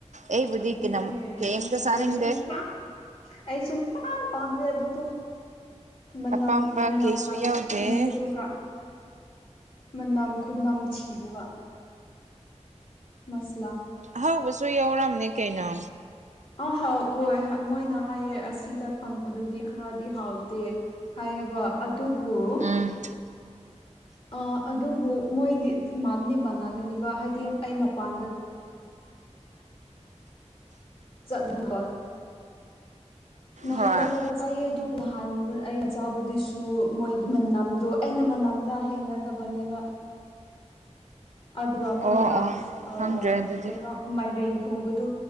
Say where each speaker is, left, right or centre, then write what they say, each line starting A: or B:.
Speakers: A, on the right; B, on the left.
A: ꯑꯩꯕꯨꯗꯤ
B: ꯑꯗꯨꯗꯤ
A: ꯀꯅꯝ ꯀꯦꯝ ꯇ ꯆꯥꯅꯤꯡꯗꯦ
B: ꯑꯩ ꯁꯨꯡ ꯄꯥꯝ ꯑꯩ ꯁꯨꯝ ꯄꯥꯝ ꯄꯥꯝꯗꯦ ꯑꯗꯨꯗꯣ ꯃꯅꯝ
A: ꯑꯄꯥꯝꯕ
B: ꯃꯅꯝ
A: ꯀꯩꯁꯨ
B: ꯅꯝꯊꯤꯕꯗꯨꯒ
A: ꯌꯥꯎꯗꯦ
B: ꯃꯅꯝ ꯈꯨꯅꯝ ꯊꯤꯗꯨꯒ ꯃꯁ <unintelligible>
A: ꯑꯍꯥꯎꯕꯁꯨ ꯌꯥꯎꯔꯝꯅꯦ ꯀꯩꯅꯣ
B: ꯑ ꯍꯥꯎ ꯍꯣꯏ ꯃꯣꯏꯅ ꯍꯥꯏꯌꯦ ꯑꯁꯤꯗ ꯐꯪꯕꯗꯨꯗꯤ ꯈꯔꯗꯤ ꯍꯥꯎꯇꯦ ꯍꯥꯏꯌꯦ ꯑꯗꯨꯕꯨ
A: ꯎꯝ
B: ꯑ ꯑꯗꯨꯕꯨ ꯃꯣꯏꯗꯤ ꯃꯥꯗꯤ ꯃꯥꯟꯅꯒꯅꯦꯕ ꯍꯥꯏꯗꯤ ꯑꯩ ꯃꯄꯥꯟꯗ ꯆꯠꯂꯕ <unintelligible> ꯅꯍꯥ
A: ꯍꯣꯏ
B: <unintelligible> ꯆꯠꯂꯒ ꯆꯥꯏꯑ ꯑꯗꯨꯕꯨ ꯅꯍꯥꯟ ꯑꯩꯅ ꯆꯥꯕꯗꯨꯁꯨ ꯃꯣꯏ ꯃꯅꯝꯗꯣ ꯑꯩꯅ ꯃꯅꯝꯅ ꯍꯩꯅꯗꯕꯅꯦꯕ ꯑꯗꯨꯒ
A: ꯑꯣ
B: ꯃꯣꯏꯅ
A: ꯑꯣ
B: ꯑ
A: ꯈꯪꯗ꯭ꯔꯦ ꯑꯗꯨꯗꯤ
B: ꯀꯩꯅꯣ ꯃꯥꯏꯒꯔꯦꯟ ꯊꯣꯡꯕꯗꯨ